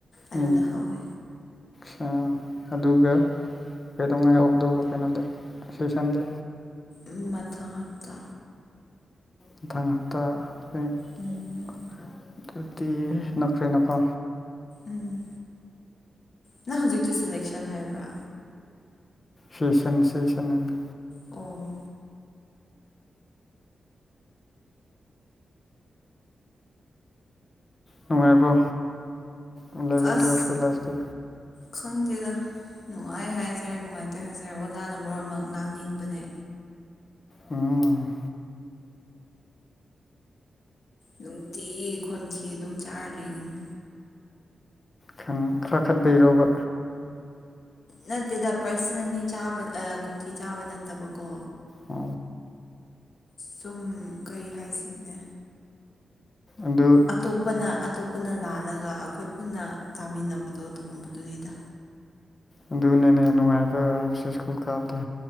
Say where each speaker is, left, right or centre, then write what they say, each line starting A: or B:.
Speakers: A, on the left (about 50°); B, on the left (about 30°).
A: ꯑꯗꯨꯗ
B: ꯎꯝ
A: ꯍꯧꯋꯦ
B: ꯁꯥ ꯑꯗꯨꯒ ꯀꯩꯗꯧꯉꯩ ꯍꯧꯗꯧꯕ ꯀꯩꯅꯣꯗꯤ ꯁꯦꯁꯟꯗꯤ
A: ꯎꯝ ꯃꯊꯪ ꯍꯞꯇꯥ
B: ꯃꯊꯪ ꯍꯞꯇꯥ ꯑꯗꯨꯗꯤ
A: ꯎꯝ
B: ꯅꯛꯈ꯭ꯔꯦꯅꯀꯣ
A: ꯎꯝ ꯅꯪ ꯍꯧꯖꯤꯛꯇꯨ ꯁꯂꯦꯛꯁꯟ ꯍꯥꯏꯕ꯭ꯔꯥ
B: ꯐꯦꯁꯟ ꯁꯦꯁꯟ ꯍꯥꯏꯝꯅꯦ
A: ꯑꯣ
B: ꯅꯨꯡꯉꯥꯏꯕ꯭ꯔꯣ ꯑꯦꯂꯚꯦꯟ
A: ꯑꯁ
B: ꯇꯨꯌꯦꯜꯐꯀꯤ ꯂꯥꯏꯐꯇ
A: ꯈꯪꯗꯦꯗ ꯅꯨꯡꯉꯥꯏ ꯍꯥꯏꯁꯦꯔ ꯅꯨꯡꯉꯥꯏꯇꯦ ꯍꯥꯏꯁꯦꯔ ꯑꯣꯖꯥꯅ ꯃꯔꯣꯟꯃꯥ ꯉꯥꯡꯅꯤꯡꯕꯅꯦ
B: ꯎꯝ꯫
A: ꯅꯨꯡꯇꯤꯒꯤ ꯈꯣꯟꯊꯤ ꯑꯗꯨꯝ ꯆꯔꯥ ꯂꯩꯒꯅꯤ
B: ꯈꯪ ꯀꯥꯈꯠꯄꯩꯔꯣꯕ
A: ꯅꯠꯇꯦꯗ ꯄꯔꯁꯅꯦꯜꯂꯤ ꯆꯥꯕ ꯑꯥ ꯈꯣꯟꯊꯤ ꯆꯥꯕ ꯅꯠꯇꯕꯀꯣ
B: ꯑ
A: ꯁꯨꯝ ꯀꯩ ꯍꯥꯏꯁꯤꯒꯦ
B: ꯑꯗꯨ
A: ꯑꯇꯣꯞꯄꯅ ꯑꯇꯣꯞꯄꯅ ꯂꯥꯜꯂꯒ ꯑꯩꯈꯣꯏ ꯄꯨꯟꯅ ꯀꯥꯃꯤꯟꯅꯕꯗꯣ ꯑꯗꯨꯒꯨꯝꯕꯗꯨꯅꯤꯗ
B: ꯑꯗꯨꯅꯤꯅꯦ ꯅꯨꯡꯉꯥꯏꯕꯁꯦ ꯁ꯭ꯀꯨꯜ ꯀꯥꯕꯗ